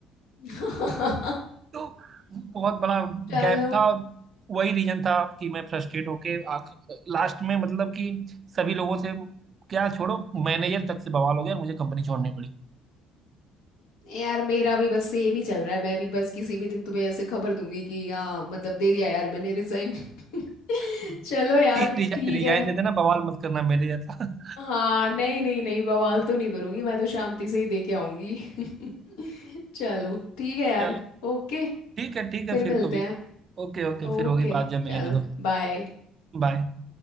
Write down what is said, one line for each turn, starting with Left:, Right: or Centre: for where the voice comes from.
Left: <laughs>
Right: तो बहुत बड़ा
Left: चलो
Right: गैप था वही रीजन था कि मैं फ्रस्ट्रेट होके आख लास्ट में मतलब कि सभी लोगों से क्या छोड़ो मैनेजर तक से बवाल हो गया मुझे कंपनी छोड़नी पड़ी
Left: यार मेरा भी बस सेम ही चल रहा है मैं भी बस किसी भी दिन तुम्हें ऐसे खबर दूंगी कि हाँ मतलब दे दिया यार मैंने रिजाइन <laughs>
Right: <laughs>
Left: चलो यार
Right: रिजाइन
Left: ठीक है
Right: दे देना बवाल मत करना मेरे जैसा <laughs>
Left: हाँ नहीं नहीं नहीं बवाल तो नहीं करूंगी मैं तो शांति से ही दे के आऊंगी <laughs> चलो ठीक है यार
Right: चलो
Left: ओके
Right: ठीक है ठीक
Left: फिर
Right: है फिर
Left: मिलते
Right: कभी
Left: हैं
Right: ओके ओके
Left: ओके
Right: फिर होगी बात जब मिलेंगे
Left: चलो
Right: तो
Left: बाय
Right: बाय